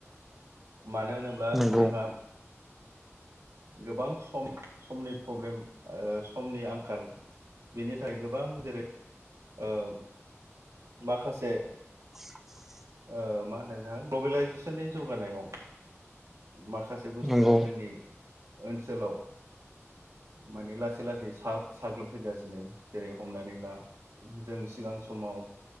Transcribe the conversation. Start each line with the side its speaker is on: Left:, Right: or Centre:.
Right: मानो होनोब्ला
Centre: नंगौ
Right: जोंहा गोबां सम समनि प्रब्लेम ओह समनि आंखाल। बिनि थाखाय गोबां जेरै ओह माखासे
Centre: <inaudible>
Right: ओह मा होनो जोंहा ग्लबेलाइजेसननि जौगानायाव माखासे बुस्थुआ
Centre: नंगौ
Right: जोंनि ओनसोलाव माने लासै लासै सा-साग्लोबफैगासिनो जेरै हमनानै ला जों सिगां समाव